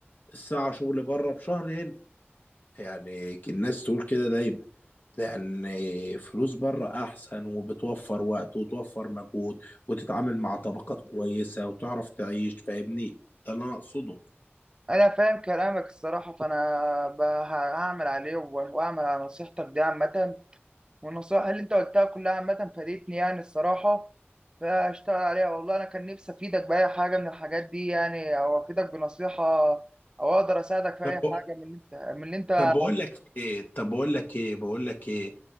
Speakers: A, on the left; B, on the right.
A: الساعة شغل بره بشهر هنا يعني الناس تقول كده دايما لأن فلوس بره أحسن وبتوفر وقت وتوفر مجهود وتتعامل مع طبقات كويسة وتعرف تعيش فاهمني ده اللي أنا أقصده
B: أنا فاهم كلامك الصراحة فأنا ب- ه- هعمل عليه و- وأعمل على نصيحتك دي عامة والنصائح اللي أنت قلتها كلها عامة فادتني يعني الصراحة فأشتغل عليها والله أنا كان نفسي أفيدك بأي حاجة من الحاجات دي يعني أو أفيدك بنصيحة أو أقدر أساعدك في
A: طب
B: أي حاجة من اللي أنت من اللي أنت
A: طب بقول لك إيه طب بقول لك إيه بقول لك إيه